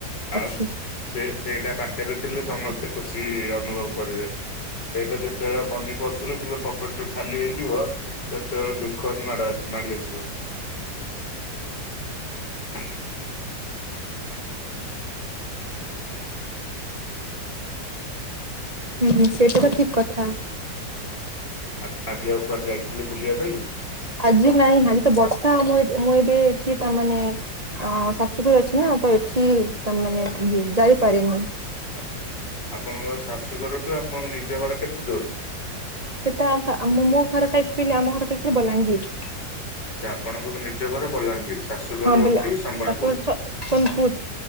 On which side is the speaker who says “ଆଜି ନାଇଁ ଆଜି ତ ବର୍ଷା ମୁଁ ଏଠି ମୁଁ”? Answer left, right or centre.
Right